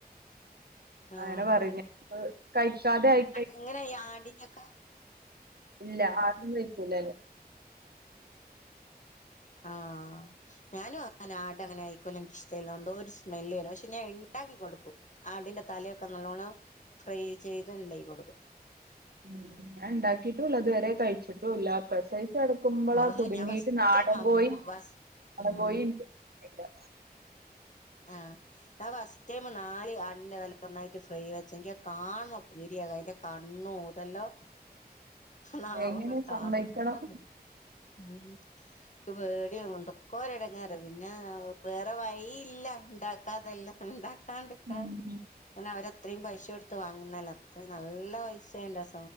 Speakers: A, on the left; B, on the right.
A: ആഹ്
B: അങ്ങനെ പറയുലേ കഴിക്കാതെ ആയിട്ട്
A: അങ്ങനെ ഈ ആടിന്റോക്കെ
B: ഇല്ല ആട്ട്ന്റെയ്ക്കുല
A: ആഹ് ഞാനും അങ്ങനെ ആട് അങ്ങനെ കഴിക്കൂല ഇൻകിഷ് ടല്ല ഒരു സ്മെല്ല് വരും പക്ഷെ ഞാൻ ഉണ്ടാക്കി കൊടുക്കും ആടിന്റെ തലയൊക്കെ നല്ലോണം ഫ്രൈ ചെയ്ത് ഉണ്ടായി കൊടുക്കും
B: ഉം ഞാൻ ണ്ടാക്കിട്ടുല്ല ഇത് വരെ കഴിച്ചിട്ടുല്ല പ്രസവി ച്ച് കെടക്കുമ്പോളാ
A: അത്
B: കുടുങ്ങീട്ട്
A: ഞാൻ ഫസ്റ്റ്
B: നാടൻ
A: ടൈം അമ്മ
B: കോയി നാടൻ
A: ഫസ് ഉം
B: കോയി <unintelligible>
A: ആഹ് ഞാൻ ഫസ്റ്റ് ടൈം നാല് ആട്ൻ്റെതല ഒന്നായിട്ട് ഫ്രൈ വെച്ചെങ്കി കാണുമ്പ പേടിയാക അതിന്റെ കണ്ണും ഇതെല്ലാം നാവൊക്കെ
B: എങ്ങനെ
A: കാണുമ്പം
B: സമ്മതിക്കണം
A: തന്നെ പേടിയ ഉം ഇൻക്ക് പേടിയ എന്തൊക്കെടങ്ങാറ് പിന്നെ വേറെ വഴിയി ഇല്ല ഇണ്ടാക്കാതല്ല ഉണ്ടാക്കാണ്ടക്കാൻ
B: ഉം.
A: പിന്നേ അവര് അത്രയും പൈസൊടുത്ത് വാങ്ങുന്നാല്ലെ അത്രയും നല്ല പൈസയുണ്ട് ആ